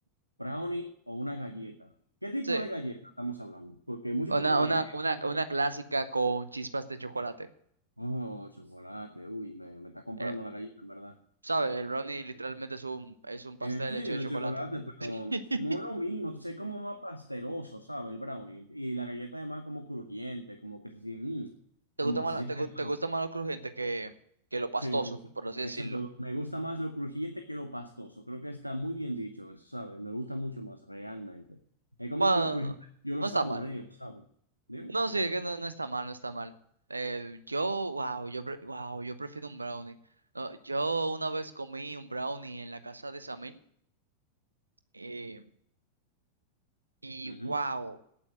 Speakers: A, on the left (about 85°); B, on the right (about 80°).
A: brownie o una galleta. ¿Qué tipo
B: Sí,
A: de galleta estamos hablando? Porque hay muchos
B: una,
A: tipos
B: una,
A: de galletas.
B: una, una clásica con chispas de chocolate.
A: Oh, chocolate, uy, me, me está comprando
B: Eh,
A: la galleta, en verdad.
B: ¿sabes? El brownie literalmente es un, es un pastel
A: Eh, sí,
B: hecho de
A: de
B: chocolate.
A: chocolate, pero
B: <laughs>
A: no es lo mismo, entonces es como más pasteroso, ¿sabes? El brownie. Y la galleta además como crujiente, como que se siente, mm,
B: ¿Te
A: como
B: gusta
A: que
B: más,
A: se
B: la-
A: siente
B: te, gu- te
A: más.
B: gusta más lo crujiente que, que lo pastoso,
A: Sí, me gusta.
B: por así
A: Eso,
B: decirlo?
A: todo. me gusta más lo crujiente que lo pastoso. Creo que está muy bien dicho eso, ¿sabes? Me gusta mucho más, realmente. Es como
B: Bueno,
A: que lo crujiente yo lo
B: no
A: saboreo,
B: está mal.
A: ¿sabes? ¿Dime?
B: No, sí, es que no, no está mal, no está mal. Eh, yo, wow, yo, pre- wow, yo prefiero un brownie. No, yo una vez comí un brownie en la casa de Samir eh, y
A: Ujú.
B: wow,